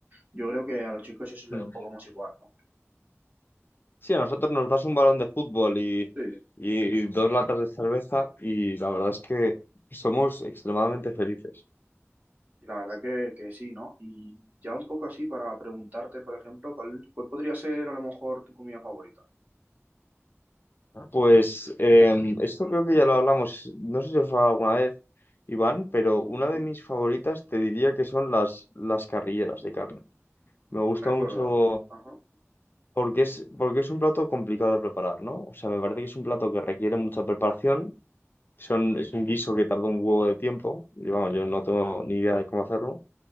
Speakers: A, on the right; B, on the left.
A: Yo creo que a los chicos eso les
B: mm,
A: da un poco más igual, ¿no?
B: sí, a nosotros nos das un balón de fútbol y,
A: Sí.
B: y dos latas de cerveza y la verdad es que somos extremadamente felices.
A: Y la verdad que, que sí, ¿no? Y ya un poco así para preguntarte, por ejemplo, ¿cuál, cuál podría ser a lo mejor tu comida favorita?
B: Pues eh, esto creo que ya lo hablamos, no sé si os he hablado alguna vez, Iván, pero una
A: Ujú,
B: de mis favoritas te diría que son las, las carrilleras de carne. Me gusta
A: Recuerdo,
B: mucho
A: ajá.
B: porque es, porque es un plato complicado de preparar, ¿no? O sea, me parece que es un plato que requiere mucha preparación, son, es un guiso que tarda un huevo de tiempo, y vamos, yo no tengo ni idea de cómo hacerlo.